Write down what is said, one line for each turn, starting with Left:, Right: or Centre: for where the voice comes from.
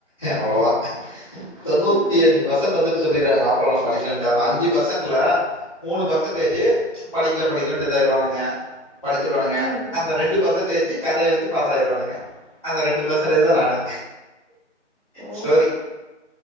Centre: அவ்ளோதா தொண்ணூத்தி
Right: ம்
Centre: அஞ்சு பர்சன்ட் வந்துட்டு சொல்லிடுவாங்க மாப்ள நான் படிக்கலன்டு அந்த அஞ்சு பர்சன்டல மூணு பர்ச பர்சன்டேஜு படிக்கல படிக்கலனு இதாறுவானுங்க படிச்சிருவானுங்க
Right: ம்
Centre: அந்த ரெண்டு பர்சன்டேஜு கத எழுதி பாஸ் ஆயிருவானுங்க அந்த ரெண்டு பர்சன்டேஜ் தான் நானு
Right: ஓ
Centre: ஸ்டோரி